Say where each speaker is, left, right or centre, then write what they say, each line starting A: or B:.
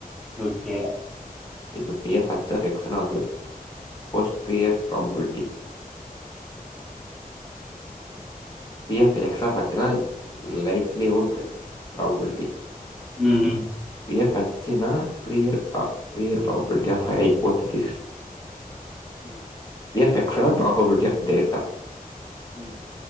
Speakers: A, in the centre; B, on the left.
A: ஓக்கே
B: இப்ப பி ஆஃப் ஹக் ஆஃப் எக்ஸ்னா வந்து posterior probability P of X of ஹச்சுன்னா லைட்லிவுட் ப்ராப்பபிலிட்டி
A: ம் ம்
B: பி ஆஃப் ஹச்சின்னா prior prior probability of hypo திதிஸ் <unintelligible>
A: ம்
B: பி ஆஃப் எக்ஸ்ன்னா ப்ராபபில்டி ஆஃப் டேட்டா
A: ம்